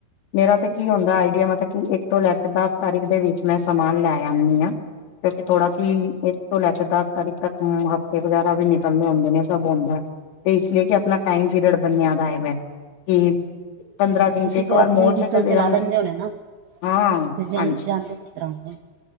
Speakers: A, on the left; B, on the right.
A: ਮੇਰਾ ਤੇ ਕੀ ਹੁੰਦਾ ਆਈਡੀਆ ਮਤਲ ਕਿ ਇੱਕ ਤੋਂ ਲੈ ਕੇ ਦਸ ਤਾਰੀਖ ਦੇ ਵਿੱਚ ਮੈਂ ਸਮਾਨ ਲੈ ਆਨੀ ਆਂ ਕਿਓਂਕੇ ਥੋੜਾ ਕੀ ਇੱਕ ਤੋਂ ਲੈ ਕੇ ਦਸ ਤਾਰੀਖ ਤੱਕ ਹਫਤੇ ਵਗੈਰਾ ਵੀ ਨਿਕਲ ਜਾਂਦੇ ਨੇ ਸਬ ਹੁੰਦੈ। ਤੇ ਇਸ ਲਈ ਕਿ ਆਪਣਾ ਟਾਈਮ ਪੀਰੀਅਡ ਬਨੇਆ ਦਾ ਐਮੈ ਕੀ ਪੰਦਰਾਂ ਦਿਨ ਚ
B: ਫੇਰ
A: ਵਾਰ
B: ਆਪਣੀ
A: ਮੋੜ
B: ਵੀਕਲ
A: ਚ ਚਲੇ
B: ਚਲਾ
A: ਜਾਣੀ
B: ਲੈਂਦੇ ਹੋਣੇ ਨਾ,
A: ਹਾਂ
B: ਫਿਰ ਜਾਂ
A: ਹਾਂਜੀ
B: ਜਾਂਦੇ ਕਿਸ ਤਰਾਂ ਓ?